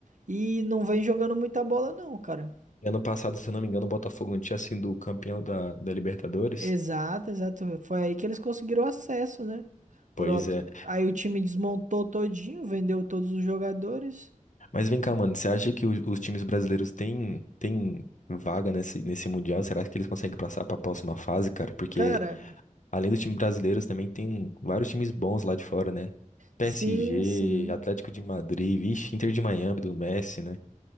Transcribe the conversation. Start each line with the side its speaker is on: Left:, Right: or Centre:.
Right: E não vem jogando muita bola, não, cara.
Left: E Ano passado, se eu não me engano, o Botafogo não tinha sido campeão da, da Libertadores.
Right: Exato, exato. Foi aí que eles conseguiram acesso, né? Por
Left: Pois
Right: outro-
Left: é.
Right: Aí o time desmontou todinho, vendeu todos os jogadores.
Left: Mas vem cá, mano, você acha que o- os times brasileiros têm, têm vaga nesse, nesse Mundial? Será que eles conseguem passar pra próxima fase, cara? Porque
Right: Cara,
Left: Além do time brasileiro, também tem vários times bons lá de fora, né? PSG,
Right: sim, sim.
Left: Atlético de Madrid, vixe, Inter de Miami do Messi, né?